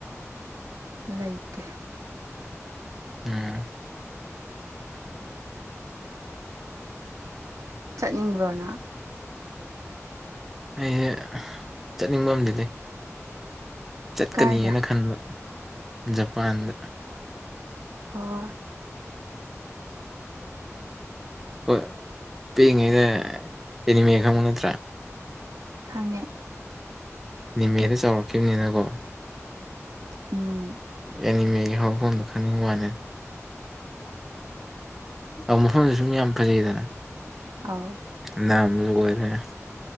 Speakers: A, on the right; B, in the centre.
A: ꯂꯩꯇꯦ
B: ꯎꯝ
A: ꯆꯠꯅꯤꯡꯕꯣꯅ
B: ꯑꯩꯁꯦ ꯆꯠꯅꯤꯡꯕ ꯑꯝꯗꯤ ꯆꯠꯀꯅꯤꯅ
A: ꯀꯥꯏꯗ
B: ꯈꯟꯕ ꯖꯄꯥꯟꯗ
A: ꯑꯣ
B: ꯍꯣꯏ ꯄꯤꯛꯏꯉꯩꯗ ꯑꯦꯅꯤꯃꯦ ꯈꯪꯕꯨ ꯅꯠꯇ꯭ꯔꯥ
A: ꯈꯪꯉꯦ
B: ꯅꯤꯃꯦꯗ ꯆꯥꯎꯔꯛꯈꯤꯕꯅꯤꯅꯀꯣ
A: ꯎꯝ
B: ꯑꯦꯅꯤꯃꯦꯒꯤ ꯍꯧꯔꯐꯝꯗꯣ ꯈꯪꯅꯤꯡ ꯋꯥꯅꯦ ꯑ ꯃꯐꯝꯗ ꯁꯨꯝ ꯌꯥꯝ ꯐꯖꯩꯗꯅ
A: ꯑꯥꯎ
B: ꯅꯥꯝꯁꯨ ꯑꯣꯏꯔꯦ